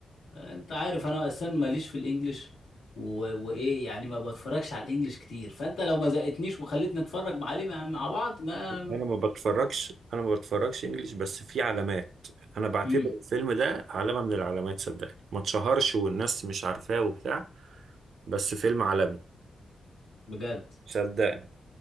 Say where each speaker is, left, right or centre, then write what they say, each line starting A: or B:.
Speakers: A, on the left (about 80°); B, on the right (about 70°).
A: انت عارف انا اصلا ماليش في الانجليش و... وايه يعني ما بتفرجش على الانجليش كتير فانت لو ما زقتنيش وخليتني اتفرج عليه مع مع بعض ما
B: انا ما بتفرجش انا ما بتفرجش انجليش بس في علامات انا بعتبر
A: امم
B: الفيلم ده علامة من العلامات صدقني ما اتشهرش والناس مش عارفاه وبتاع بس فيلم عالمي
A: بجد
B: صدقني